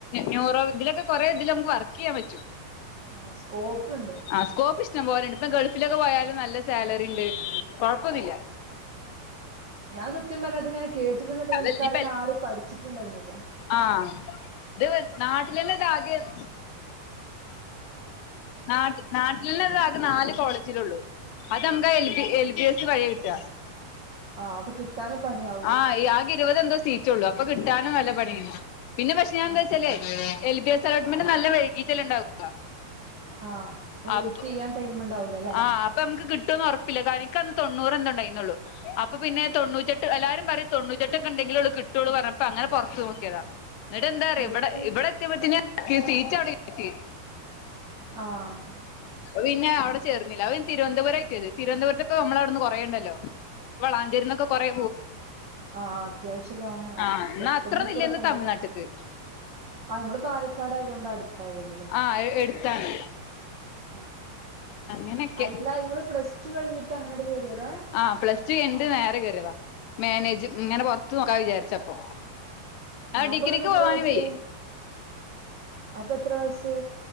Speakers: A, on the left; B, on the right.
A: ന്യൂറോ ഇതിലൊക്കെ കുറെ ഇതി നമുക്ക് വർക്ക് ചെയ്യൻ പറ്റും
B: ആ സ്കോപ്പ് ഇണ്ട്
A: ആ സ്കോപ്പ് ഇഷ്ടം പോലെണ്ട് ഇപ്പൊ ഗൾഫിലൊക്കെ പോയാലും നല്ല സാലറി ഉണ്ട് കൊഴപ്പൊന്നുല്ല
B: ഞാൻ സത്യം പറഞ്ഞ ഇത് ഇങ്ങനെ കേട്ടിട്ടന്ന
A: അതല്ല
B: ഇനിക്ക് അറിന്നെ
A: ഇപ്പ
B: ആരും പടി ച്ചിട്ട് ഉണ്ടായിരുന്നില്ല
A: ആഹ് ഇത് നാട്ടിലെന്നെ ഇത് ആദ്യം നാ നാട്ടിൽന്ന ആകെ നാല് കോളേജില ഒള്ളു അത് നമുക്ക് ആ എൽ ജി എസ് വഴി കിട്ട
B: ആഹ് അപ്പ കിട്ട കിട്ടാന് പണിയാകും
A: ആഹ് ആകെ ഇരുവത് എന്തോ സീറ്റ് കൂ അപ്പൊ കിട്ടാനും നല്ല പണിയ പിന്നെ പക്ഷെ ഞാൻ
B: ആ
A: എന്താ വെച്ചേ എൽ ബി എസ് അലോട്ട്മെന്റ് നല്ല വൈകീട്ട ഉണ്ടാവുക
B: ആ
A: അപ്പൊ
B: വെയിറ്റ് ചെയ്യാൻ ടൈമ്ണ്ടാവൂലല്ലേ
A: ആ അപ്പൊ നമുക്ക് കിട്ടുമന്ന് ഉറ എനിക്ക് അന്ന് തൊണ്ണൂറ് എന്തുണ്ടായിരുന്നു ഒള്ളു അപ്പൊ പിന്നെ തൊണ്ണൂറ്റെട്ട് എല്ലാരും പറയും തൊണ്റ്റട്ടക്കെ ഉണ്ടെങ്കിലെ കിട്ടൂ പറഞ്ഞ അപ്പം അങ്ങനെ പുറത്ത് നോക്കിയതാ എന്നിട്ട് എന്താ പറ
B: പ്ലസ്
A: ഇവിടെ
B: ടു
A: ഇവിടെ എത്തിയപ്പോത്തിന് സീറ്റ് കിട്ടി
B: ആഹ്
A: പിന്നെ അവിടെ ചേർന്നില്ല <unintelligible> തിരുവനന്തപുരമായിട്ട് തിരുവനന്തപുരത്തൊക്ക നമ്മള അവിടുന്ന് കുറയുണ്ടല്ലോ വളാഞ്ചേരിന്നൊക്കെ കൊറേ
B: ആഹ് അത്യാവശ്യം ലോങ്ങാണ്
A: ആഹ് എന്നാ
B: എട്ട്
A: അത്രൊന്നും
B: മണിക്കൂറൊക്കെണ്ടാവും
A: ഇല്ലന്ന് തമിഴ്നാട്ട്ക്ക്
B: ആഹ് ഇങ്ങള് പാലക്കാട് ആയതോണ്ട് അട്ത്താവല്ലോല്ലേ
A: ആഹ് എ എട്ത്താണ്
B: ആഹ്
A: അങ്ങനെയൊക്കെ
B: അല്ല ഇങ്ങള് പ്ലസ്റ്റു കഴിഞ്ഞിട്ട് അങ്ങനാണ്ട് കേറിയതാ
A: ആഹ് പ്ലസ്റ്റു കെയ്നിട്ട് നേരെ കേറ്യേതാ മേനേജ് ഇങ്ങെനെ പൊർത്ത് നോക്കാ വിചാരിച്ചപ്പൊ ആഹ്
B: അപ്പൊ
A: ഡിഗ്രിക്ക്
B: ഇങ്ങക്ക് എത്ര
A: പോവാനും
B: വയസ്സ്
A: വെയ്യേ
B: അപ്പൊ എത്രെ വയസ്സ്